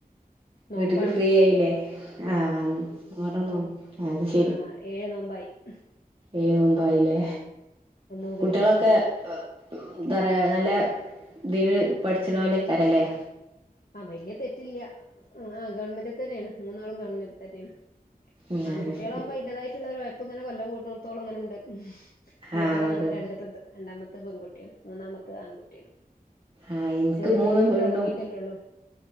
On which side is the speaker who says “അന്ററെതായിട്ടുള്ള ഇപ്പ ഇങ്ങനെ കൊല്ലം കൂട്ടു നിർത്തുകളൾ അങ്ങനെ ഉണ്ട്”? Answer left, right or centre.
Left